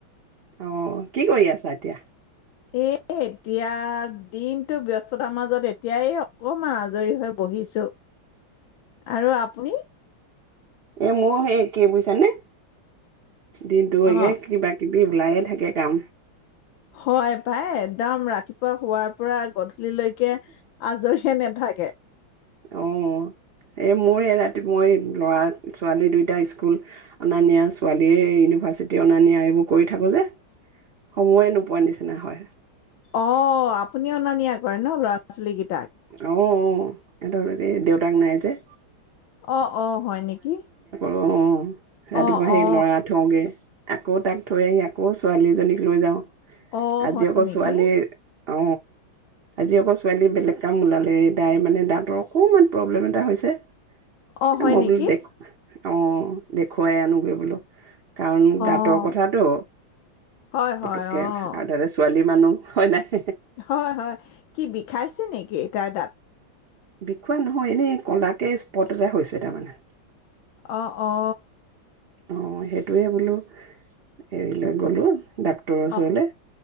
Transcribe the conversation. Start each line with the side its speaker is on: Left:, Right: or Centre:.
Right: অ কি কৰি আছা এতিয়া
Left: এ এতিয়া দিনটো ব্যস্ততাৰ মাজত এতিয়াই অকমান আজৰি হৈ বহিছোঁ আৰু আপুনি
Right: এ মোৰ সেই কিেই বুজিছানে দিনটো হয়গে
Left: অ
Right: কিবা কিবি ওলায়ে থাকে কাম
Left: হয় পাই একদম ৰাতিপুৱা পোৱা হোৱাৰ পৰা গধূলিলৈকে আজৰিয়ে নাথাকে
Right: অঁ এই মোৰ এই ৰাতিপ মই ল'ৰা ছোৱালী দুইটা স্কুল অনা নিয়া ছোৱালীয়ে ইউনিভাৰ্চিটি অনা নিয়া এইবোৰ কৰি থাকোঁ যে সময়ে নোপোৱা নিচিনা হয়
Left: অ আপুনি অনা নিয়া কৰে ন ল'ৰা ছোৱালীকেইটা
Right: আহ অ সিহতৰ হ'ল দেউতাক নাই যে
Left: অ অ হয় নেকি
Right: অঁ সটোম
Left: অ
Right: সেই
Left: অ
Right: ল'ৰা থগে আকৌ তাক থৈ আহি আকৌ ছোৱালীজনীক লৈ যাওঁ
Left: অ
Right: আজি
Left: হয়
Right: এক
Left: নেকি
Right: ছোৱালী অ আজি অক ছোৱালী বেলেগ কাম ওলালে তাই মানে দাঁতৰ অকণমান প্ৰব্লেম এটা হৈছে
Left: অ
Right: এ
Left: হয়
Right: মই
Left: নেকি।
Right: বোলো দেখ অ দেখুৱাই আনোগৈ বোলো। কাৰণ দাঁতৰ
Left: অ
Right: কথাটো
Left: হয়,
Right: পতুককে
Left: হয়, অ'।
Right: আৰু তাতে ছোৱালী মানুহ হয় নাই?
Left: হয় হয় কি বিষাইছে নেকি? তাইৰ দাত।
Right: বিখোৱা নহয় এনেই কলাকে স্পট এটা হৈছে তাৰমানে।
Left: অ অ।
Right: অ সেইটোৱে বোলো এৰি লৈ গ'লো। ডাক্তৰৰ ওচৰলে,
Left: অ',